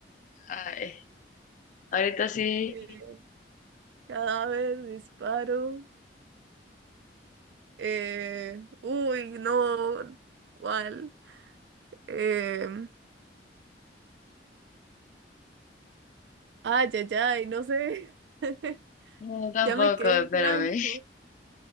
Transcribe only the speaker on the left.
ay, ahorita sí.
No, tampoco,
espérame.